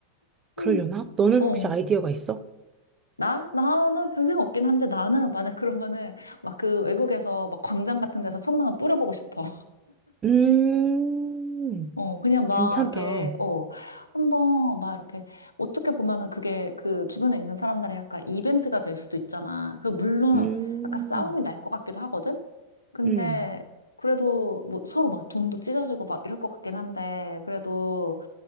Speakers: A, on the right; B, on the left.
A: 그러려나?
B: 음.
A: 너는
B: 어.
A: 혹시 아이디어가 있어?
B: 나? 나는 별 생각 없긴 한데 나는 만약 그러면은 막 그 외국에서 막 광장 같은 데서 천만 원 뿌려보고 싶어.
A: 음,
B: 어, 그냥 막
A: 괜찮다.
B: 이렇게, 어, 한번 막 이렇게, 어떻게 보면은 그게 그 주변에 있는 사람들의 약간 이벤트가 될 수도 있잖아. 그 물론
A: 음,
B: 약간 싸움이 날 것 같기도 하거든? 근데
A: 음,
B: 그래도 뭐 서로 막 돈도 찢어지고 막 이럴 것 같긴 한데, 그래도,